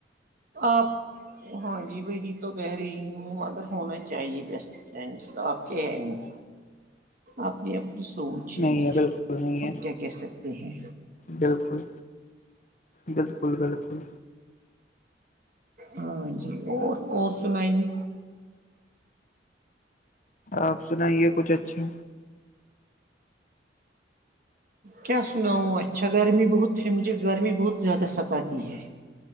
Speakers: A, on the right; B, on the left.
A: آپ ہاں جی وہی تو کہہ رہی ہوں مگر ہونا چاہیے بیسٹ سپ کے ہے نہیں آپ نے اپنی سوچ ہے
B: نہیں
A: جی
B: بالکل نہیں
A: آپ
B: ہے
A: کیا کہہ سکتے ہیں
B: بالکل بالکل بالکل
A: ہاں جی اور اور سناائی جی
B: آپ سنائیے کچھ اچھا
A: کیا سناؤوں اچھا گرمی بہت ہے مجھے گرمی بہت زیادہ ستاتی ہے